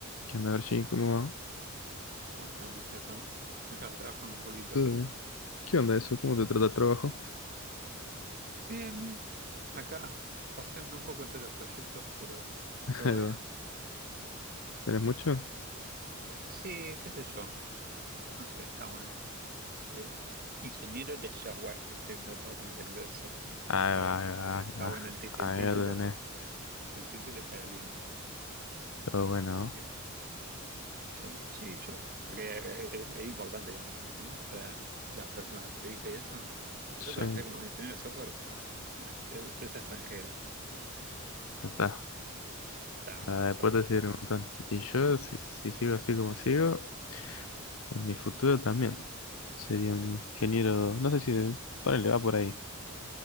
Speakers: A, on the left; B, on the right.
A: ¿Qué onda, Archie? ¿Cómo va?
B: ¿Cómo estamos, Estefan? Acá trabajando un poquito.
A: ¿Todo bien? ¿Qué onda eso? ¿Cómo te trata el trabajo?
B: Bien, bien. Acá paseando un poco entre los proyectos, pero
A: <laughs>
B: todo
A: Ahí
B: bien.
A: va. ¿Tenés mucho?
B: Sí, qué sé yo. No sé, está bueno. Eh, ingeniero de software. Estoy contratado como ingeniero de software.
A: Ahí
B: Está
A: va,
B: bueno.
A: ahí va, ahí
B: Está
A: va.
B: bueno el, ti- el
A: Ahí
B: título.
A: lo tenés.
B: El título está lindo.
A: Todo bueno, ¿no?
B: ¿eh? Yo- sí, yo. Porque eh, es, es importante como lo vendes, ¿no? Para las próximas entrevistas y eso.
A: Sí,
B: Yo trabajé como ingeniero de software para una est- eh, empresa extranjera. Listo.
A: ya está.
B: Ya está.
A: Para después
B: Sos vos.
A: decir un montón. Y yo, si, si sigo así como sigo, en mi futuro también. Sería un ingeniero, no sé si, es- ponele, va por ahí.